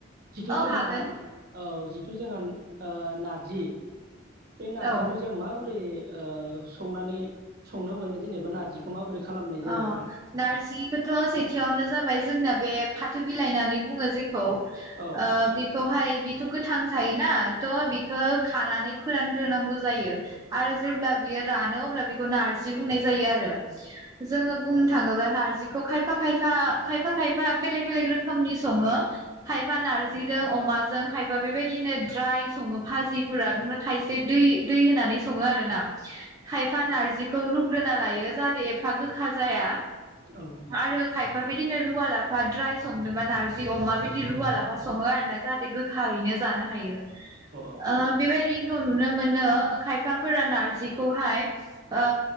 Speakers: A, on the right (about 50°); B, on the right (about 20°).
A: जिथु
B: औ
A: जोंहा
B: हागोन
A: औ जिथु जोंहा ओ नारजि बे नारजिखौ
B: औ
A: जों मा बोरै ओ संनानै संनो मोनो जेनेबा नारजिखौ माबोरै खालामनाय जायो?
B: अह नारजिखोथ सेथियावनो जाबाय जोंना बे फाथो बिलाइ होननानै बुङोजि खौ
A: औ
B: ओ बिखौहाय बि थ गोथां थायोना थ बिखो खानानै फोरानग्रोनांगौ जायो आरो जेब्ला बियो रानो अब्ला बिखौ नारजि बुंनाय जायो आरो। जोङो बुंनो थाङोबा नारजिखौ खायफा खायफा खायफा खायफा बेलेग बेलेग रोखोमनि सङो खायफा नारजिजों अमा जों खायफा बेबायदिनो द्राय सङो भाजिफोरा ओमफ्राय खायसे दै दै होनानै सङो आरोना। खायफा नारजि खौ रुग्रोना लायो जाहाते <unintelligible> गोखा जाया
A: औ
B: आरो खाय फा बिदिनो रुवा लाफा द्राय संनोबा नारजि अमा बिदि रुवालाफा सङो आरोना जाहाथे गोखायैनो जानो हायो।
A: औ
B: ओ बेबायदि खौ नुनो मोनो खायफाफोरा नार जिखौहाय ओ